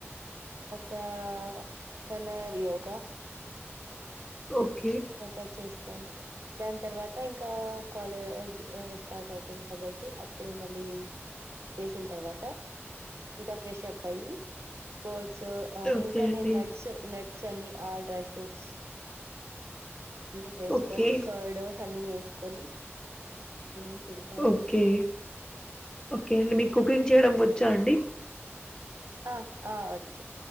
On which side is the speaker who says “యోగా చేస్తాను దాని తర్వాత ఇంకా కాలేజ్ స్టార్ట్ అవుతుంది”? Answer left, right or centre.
Right